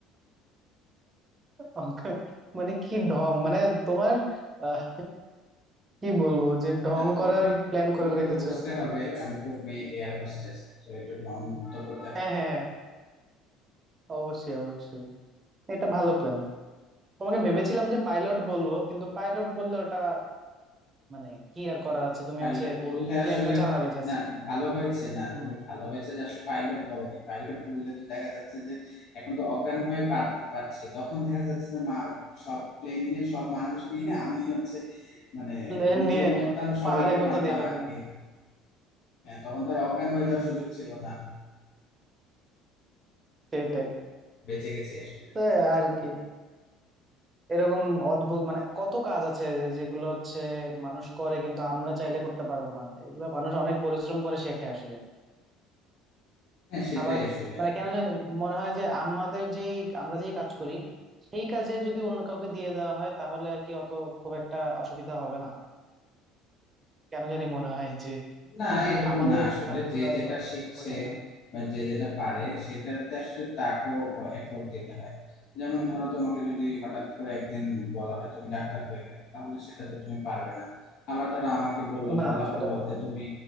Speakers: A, on the right; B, on the left.
A: অঙ্ক মানে কি ঢং মানে তোমার আহ, কি বলবো যে ঢং
B: না তোমাকে
A: করার প্ল্যান করে
B: তোমাকে
A: রেখেছো
B: তো বুঝতে হবে আমি তো মেয়ে এয়ার হোস্টেস তো একটু ঢং তো করতে হবে
A: হ্যাঁ হ্যাঁ হ্যাঁ অবশ্যই অবশ্যই এটা ভালো প্ল্যান তোমাকে ভেবেছিলাম যে পাইলট বলবো কিন্তু পাইলট বললে ওটা মানে কি আর করার আছে তুমি
B: পাইলট
A: হচ্ছে
B: বললে
A: প্লেনটা
B: আসলে
A: চালাবে জাস্ট
B: না ভালো হয়েছে না
A: হুম
B: তুমি ভালো হয়েছে যে আসলে পাইলট বলনি পাইলট বললে তো দেখা যাচ্ছে যে এখন তো অজ্ঞান হয়ে পার পাচ্ছি তখন দেখা যাচ্ছে যে মা সব প্লেন নিয়ে সব মানুষ নিয়ে আমি হচ্ছে মানে
A: প্লেন
B: নিজেও
A: নিয়ে
B: মরতাম সবাইকে
A: পাহাড়ে গোতা
B: মারতাম
A: দেবে
B: আর
A: তুমি
B: কি হ্যাঁ, তখন তো আর অজ্ঞান হয়ে
A: হুম
B: যাওয়ার সুযোগ ছিল
A: সে-
B: না
A: সেটাই
B: বেঁচে গেছি আসলে
A: তো আর কি এরকম অদ্ভুত মানে কত কাজ আছে যে- যেগুলো হচ্ছে মানুষ করে কিন্তু আমরা চাইলে করতে পারবো না এগুলো মানুষ অনেক পরিশ্রম করে শেখে আসলে
B: হ্যাঁ সেটাই
A: আবার
B: আসলে
A: মানে কেন জানি মনে হয় যে আমাদের যেই আমরা যেই কাজ করি সেই কাজে যদি অন্য কাউকে দিয়ে দেওয়া হয় তাহলে আর কি অত খুব একটা অসুবিধা হবে না কেন জানি মনে হয় যে
B: না
A: আহ
B: এরকম
A: আমাদের
B: না আসলে
A: কাজগুলো
B: যে
A: আর
B: যেটা
A: কত
B: শিখছে
A: কঠিন না
B: বা যে যেটা পারে সেটাতে আসলে তাকেও এফোর্ট দিতে হয় যেমন ধরো তোমাকে যদি হঠাৎ করে একদিন বলা হয় তুমি ডাক্তার হয়ে গেলে তাহলে সেটা তো তুমি পারবে না আবার ধরো আমাকে বললো
A: না
B: বলা
A: সেটা
B: হলো
A: পারবো
B: যে
A: না
B: তুমি